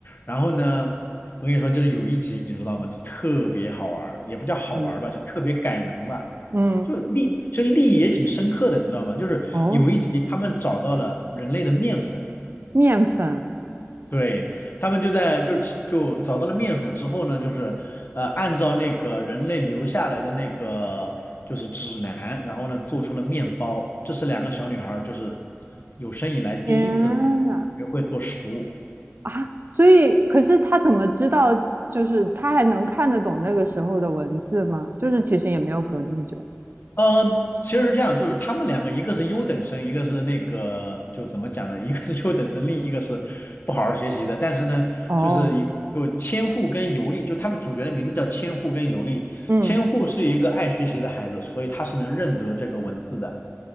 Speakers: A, on the left (about 50°); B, on the right (about 50°).
A: 然后呢，我跟你说，就是有一集你知道吗？就特别好玩儿，也不叫好玩儿吧，
B: 怎么了？
A: 就特别感人吧，
B: 嗯，
A: 就立，就立意也挺深刻的，你知道吗？就是有一集他们找到了人类的面粉。
B: 哦，面粉，
A: 对，他们就在就其就找到了面粉之后呢，就是呃按照那个人类留下来的那个就是指南，然后呢做出了面包。这是两个小女孩儿就是有生以来第一次
B: 天呐，
A: 学会做食物。
B: 啊！所以，可是他怎么知道？就是他还能看得懂那个时候的文字吗？就是其实也没有隔那么久。
A: 呃，其实是这样，就是他们两个，一个是优等生，一个是那个，就怎么讲呢？<laughs> 一个是优等生，另一个是不好好学习的。但是呢，
B: 哦，
A: 就是有有千户跟尤利，就他们主角的名字叫千户跟尤利。
B: 嗯。
A: 千户是一个爱学习的孩子，所以他是能认得这个文字的。